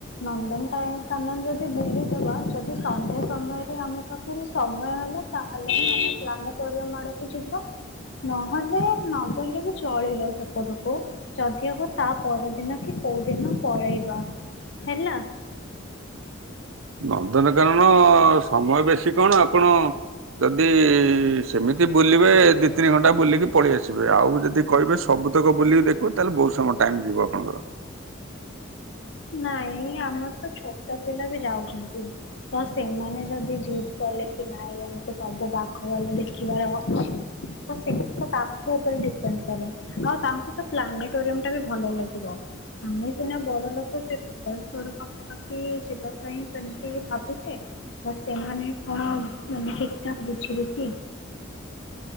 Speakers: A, on the left (about 65°); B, on the right (about 80°).
A: ନନ୍ଦନ ଟଏ କାନନ ଯଦି ବୁଲିଦବା ଯଦି ସନ୍ଧ୍ୟା ସମୟରେ ଆମ ପାଖରେ ସମୟ ହେଲା ତାହେଲେ ହିଁ ଆମେ ପ୍ଲାନେଟୋରିୟମ ଆଡକୁ ଯିବା। ନହେଲେ ନଗଲେ ବି ଚଳିବ ସେପଟକୁ। ଯଦି ହବ ତା ପରଦିନ କି କୋଉ ଦିନ ପଳେଇବା ହେଲା।
B: ନନ୍ଦନକାନନ ସମୟ ବେଶୀ କଣ ଆପଣ ଯଦି ସେମିତି ବୁଲିବେ ଦି ତିନି ଘଣ୍ଟା ବୁଲିକି ପଳେଇ ଆସିବେ ଆଉ ଯଦି କହିବେ ସବୁତକ ବୁଲିକି ଦେଖୁ ତାହେଲେ ବହୁତ ସମୟ ଟାଇମ ଯିବ ଆପଣଙ୍କର।
A: ନାଇଁ ଆମର ତ ଛୋଟ ପିଲା ବି ଯାଉଛନ୍ତି। ତ ସେମାନେ ଯଦି ଜିଦ୍ କଲେ କି ନାଇଁ ଆମକୁ ସବୁ ବାଘ ଭାଲୁ ଦେଖିବାର ଅଛି ତ ସେଇ ତ ତାଙ୍କ ଉପରେ ଡିପେଣ୍ଡ କରେ ଆଉ ତାଙ୍କୁ ତ ପ୍ଲାନେଟୋରିୟମ ଟା ବି ଭଲ ଲାଗିବ। ଆମେ ସିନା ବଡ ଲୋକ ସେ ଭୁବନେଶ୍ୱର ପାଖାପାଖି ଯିବା ପାଇଁ ସେମିତି ଭାବିଚି। ବଟ ସେମାନେ କଣ ମାନେ ଠିକଠାକ୍ ବୁଝିବେ କି?